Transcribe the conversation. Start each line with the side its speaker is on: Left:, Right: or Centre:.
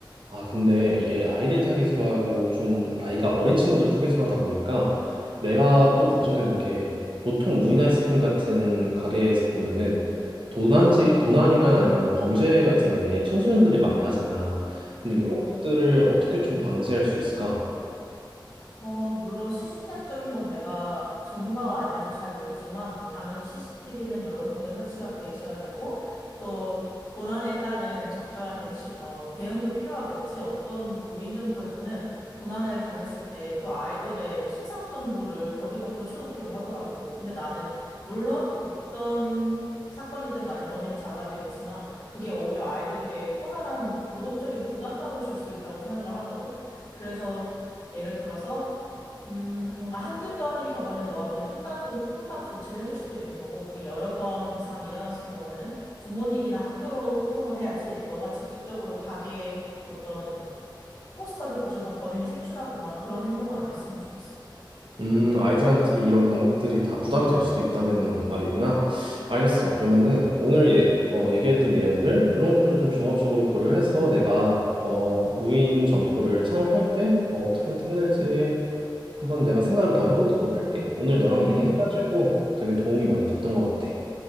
Right: 아, 근데 이게 아이들 타깃으로 하고 좀 나이가 어린 친구들을 타깃으로 하다 보니까 내가 또 걱정되는 게 보통 무인 아이스크림 같은 가게에서 보면은 도난지, 도난이나 아니면 범죄 같은 게 청소년들이 많이 하잖아. 근데
Left: 음.
Right: 이런 것들을 어떻게 좀 방지할 수 있을까?
Left: 어, 물론 시스템적인 건 내가 전문가가 아니라서 잘 모르지만, 뭐, 당연히 CCTV는 여러 군데 설치가 돼 있어야 되고, 또, 도난에 따른 적절한 대치, 어, 대응도 필요하겠지. 어떤 무인점포에서는 도난을 당했을 때 그 아이들의 신상 정보를 벽에다 붙여놓기도 하더라고. 근데 나는, 물론 어떤 사건이든 간에 범인은 잡아야 되겠지만, 그게 오히려 아이들에게 커다란 도덕적인 부담감을 줄 수도 있다고 생각을 하거든. 그래서 예를 들어서 음, 뭔가 한두 번인 경우에는 너가 그냥 훈방, 조, 훈방 조치를 해줄 수도 있는 거고, 그게 여러 번 이상 일어났을 경우에는 부모님이나 학교로 소통을 해야지, 너가 직접적으로 가게에 어떤 포스터를 붙여서 범인을 색출하거나 그런 행동은 안 했으면 좋겠어.
Right: 음, 아이들한테 이런 방법들이 다 부담이 될 수도 있다는 말이구나. 알겠어. 그러면은 오늘 예, 어, 얘기했던 내용들, 이런 것들을 좀 종합적으로 고려해서 내가 어, 무인 점포를 창업할 때 어, 떻게 어떻게 해야 될지 한번 내가 생각을 더 해보도록 할게. 오늘 너랑 얘기해가지고
Left: 음.
Right: 되게 도움이 많이 됐던 것 같아.